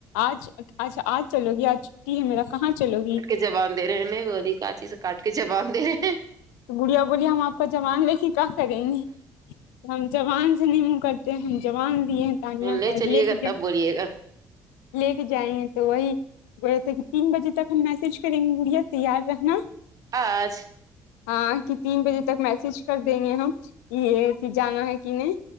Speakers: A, on the left (about 80°); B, on the right (about 45°).
A: آج اچھا آج چلو گی آج چھٹی ہے میرا کہاں چلو گی
B: جبان دے رہے ہیں نہ والی کاچیز کاٹ کے جبان دے رہے ہیں
A: گڑیا بولی ہم آپ کا زبان لے کے کیا کریں گے ہم زبان سے نہیں م کرتے ہیں جبان دیے ہیں تانیا
B: ملنے
A: پر
B: چلیے
A: لے
B: گا
A: کے جائے
B: تب بولیے گا
A: لے کے جائیں گے تو وہی بولتے کہ تین بجے تک ہم میسج کریں گے گڑیا تیار رہنا
B: آج
A: ہاں کہ تین بجے تک میسج کر دیں گے ہم یہ کی جانا ہے کہ نہیں